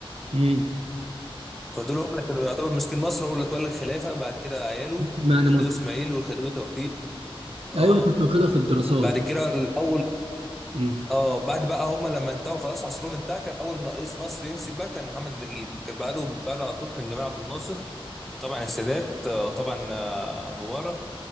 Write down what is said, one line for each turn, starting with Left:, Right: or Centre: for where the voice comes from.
Right: امم
Centre: فدول هم اللي كانوا يعتبر ماسكين مصر هو اللي اتولى الخلافة بعد كده عياله
Right: يعني
Centre: الخديوي إسماعيل والخديوي توفيق اه
Right: ايوه انا كنت واخدها في الدراسات
Centre: بعد كده الأول
Right: امم
Centre: اه بعد بقى هم لما انتهوا خلاص عصرهم انتهى كان اول ما رئيس مصر يمسك بقى كان محمد نجيب كان بعده بعد على طول كان جمال عبد الناصر وطبعا السادات آه، وطبعا آه، مبارك